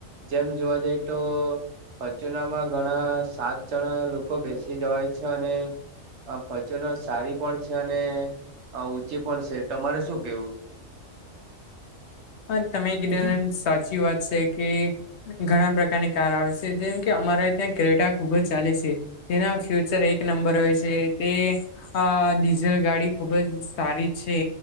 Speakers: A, on the right; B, on the left.
A: જેમ જોવા જઈ તો અચુનામાં ઘણા સાત જણા લોકો બેસી જવાય છે અને આ ફચનો સારી પણ છે અને ઊંચી પણ છે તમારે શું કેવું?
B: હ તમે કીધું સાચી વાત છે કે ઘણા પ્રકારની કાર આવે છે જેમ કે અમારે ત્યાં ક્રેટા ખુબ જ ચાલે છે. તેના ફ્યુચર એક નંબર હોય છે તે આ ડીઝલ ગાડી ખુબ જ સારી છે.